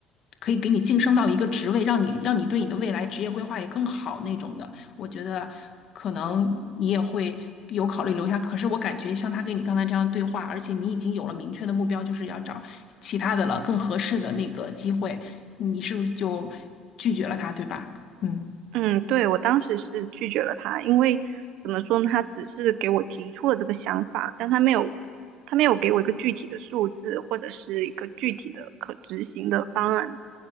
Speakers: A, on the left; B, on the right.
A: 可以给你晋升到一个职位，让你让你对你的未来职业规划也更好那种的。我觉得可能你也会有考虑留下。可是我感觉像他跟你刚才这样对话，而且你已经有了明确的目标，就是要找其他的了，更合适的那个机会，你是不是就拒绝了他，对吧？嗯，
B: 嗯，对，我当时是拒绝了他，因为怎么说呢，他只是给我提出了这个想法，但他没有，他没有给我一个具体的数字或者是一个具体的可执行的方案。